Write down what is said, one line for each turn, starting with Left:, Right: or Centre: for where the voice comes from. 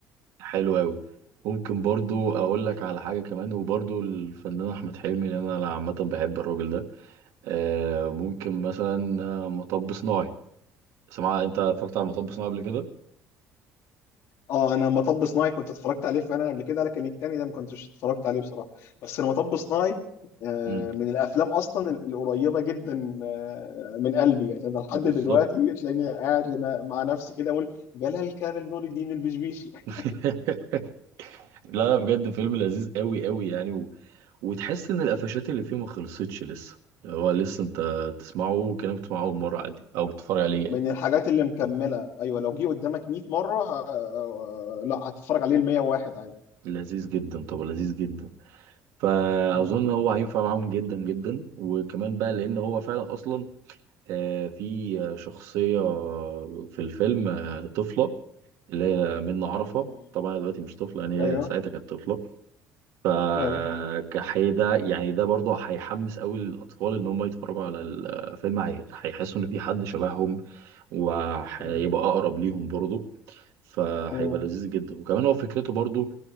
Right: حلو قوي ممكن برضو اقول لك على حاجة كمان وبرضو الفنان احمد حلمي لان انا عامة بحب الراجل ده آه ممكن مثلا آه، مطب صناعي سمع انت اتفرجت على مطب صناعي قبل كده
Left: اه انا مطب صناعي كنت اتفرجت عليه فعلا قبل كده لكن التاني ده ما كنتش اتفرجت عليه بصراحه بس انا مطب صناعي آه،
Right: مم.
Left: من الافلام اصلا ال- القريبه جدا آه، من قلبي يعني انا لحد
Right: بالظبط
Left: دلوقتي تلاقيني قاعد لنا- مع نفسي كده اقول جلال كامل نور الدين البشبيشي <laughs>
Right: <laughs> لا لا بجد فيلم لذيذ قوي قوي يعني و... وتحس ان القفشات اللي فيه ما خلصتش لسه هو لسه انت تسمعه كأنك بتسمعه اول مرة عادي او بتتفرج عليه يعني
Left: من الحاجات اللي مكمله ايوه لو جه قدامك 100 مره ه... آه، لا هتتفرج عليه ال 101 عادي
Right: لذيذ جدا طب لذيذ جدا فاظن
Left: مم.
Right: هو هينفع معاهم جدا جدا وكمان بقى لان هو فعلا اصلا آه، في شخصيه في الفيلم آه، طفله اللي هي منة عرفه
Left: مم.
Right: طبعا دلوقتي مش طفله يعني
Left: ايوه
Right: هي ساعتها كانت طفله فكحي
Left: ايوه
Right: ده يعني ده برضه هيحمس قوي الاطفال ان هم يتفرجوا على الفيلم هي- هيحسوا ان في حد شبههم وهيبقى
Left: مم.
Right: اقرب ليهم برضه فهيبقى
Left: مم.
Right: لذيذ جدا وكمان هو فكرته برضه